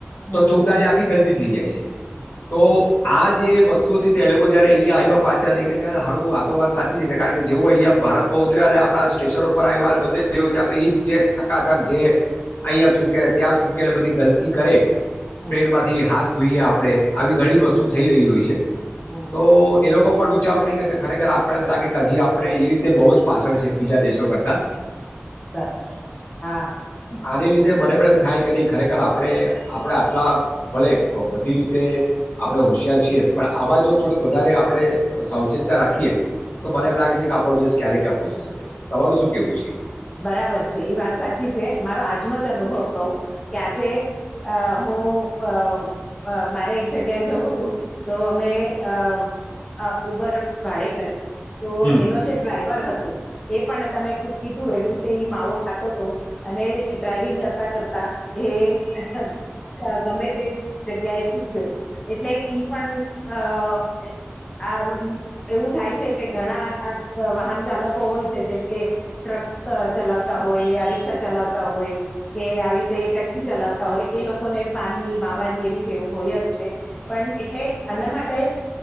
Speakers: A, on the left (about 15°); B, on the left (about 60°).
A: હમ
B: તો થૂકદાની
A: હમ
B: આખી ગંદી <unintelligible> જાય છે. તો
A: હમ
B: આ જે વસ્તુ એ લોકો જયારે <unintelligible> આવ્યા પાછા લઈ કે હારું આ તો વાત સાચી છે, કે કારણ કે જેવ અહંયા ભારતમાં ઉતર્યા આપણા સ્ટેશન ઉપર આવ બધ ચા તો એ થકા થક જે અહિયાં થૂકે ત્યાં થૂકેટલે બધી ગંદકી કરે. ટ્રેન
A: હમ
B: માંથી હાથ જોઈએ <unintelligible> આવી ઘણી વસ્તુ થઈ રહી હોય છે.
A: હમ
B: તો એ લોકો પર <unintelligible> કે ખરેખર આપણે એમ લાગે કે હજી આપડણે એ રીતે બહુ જ પાછળ છે બીજા દેશો કરતા.
A: બરાબર હા
B: આની લીધે મને પણ એમ થાય કે ન ખરેખર આપણે આપડણે આટલા ભલે બધી રીતે આપણેે હોશિયાર છીએ પણ આ બા જો થોડક વધારે આપડણે સાવચેતતા રાખીએ તો મને એમ લાગે છે કે આપડો દેશ <unintelligible> ક્યાં પોહોંચી શકે છે, તમારું શું કેવું છે.
A: બરાબર છે, એ વાત સાચી છે, મારો આજનો જ અનુભવ કવ કે આજે હું મારે એક જગ્યાએ જવું તું તો અમે <unintelligible> ભાડે કરી તો
B: હમ
A: એનો જે ડ્રાઈવર હતો. એ પણ <unintelligible> એવી રીતે એ માવો ખાતો હતો અને ડ્રાઈવિંગ કરતા કરતા. એ ગમે તે જગ્યાએ. <unintelligible> એટલે ઈ પણ <unintelligible> આ <unintelligible> એવું થાય છે, કે ઘણા વાહન ચાલકો હોય છે, જેમકે ટ્રક ચલાવતા હોય આ રિક્ક્ષા ચલાવતા હોય કે આવી રીતે ટેક્સી ચલાવતા હોય એ લોકોને પાનની માવાની એવી ટેવ હોય જ છે, પણ એટલે આના માટે